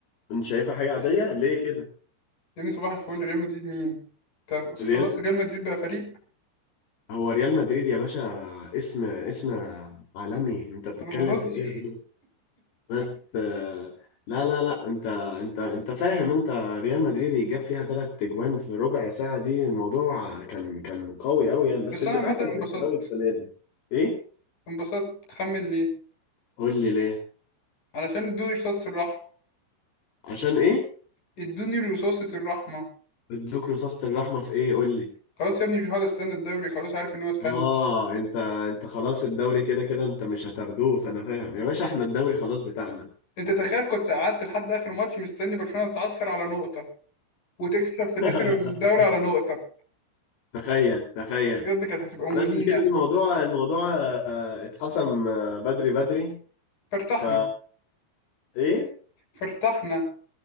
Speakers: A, on the left (about 55°); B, on the left (about 40°).
A: انت شايفها حاجة عادية ليه كده
B: يا ابني صباح الفل ريال مدريد مين طب خلاص
A: ريال
B: ريال مدريد بقى فريق
A: هو ريال مدريد يا باشا اسم اسم عالمي انت بتتكلم
B: انا بهزر
A: في ايه دول بس آه، لا لا لا انت انت انت فاهم انت ريال مدريد يجاب فيها ثلاث اجوان في ربع ساعة دي الموضوع كان كان قوي قوي يعني بس
B: بس
A: الدفاع
B: انا عامه
A: كان غريب
B: انبسطت
A: قوي السنة دي ايه
B: انبسطت تخمن ليه
A: قول لي ليه
B: علشان ادوني رصاصه الرحمه
A: عشان ايه
B: ادوني رصاصه الرحمه
A: ادوك رصاصة الرحمة في ايه قول لي
B: خلاص يا ابني مش هقعد استنى الدوري خلاص عارف ان هو اتفنش
A: اه انت انت خلاص الدوري كده كده انت مش هتاخدوه فانا فاهم يا باشا احنا الدوري خلاص بتاعنا
B: انت تخيل كنت قعدت لحد اخر ماتش مستني برشلونه تتعثر على نقطه وتكسب في الاخر
A: <laughs>
B: الدوري على نقطه
A: تخيل تخيل
B: بجد كانت هتبقى مهينه
A: بس كده الموضوع الموضوع آه، اتحسم آه، بدري بدري
B: فارتحنا
A: ف ايه
B: فارتحنا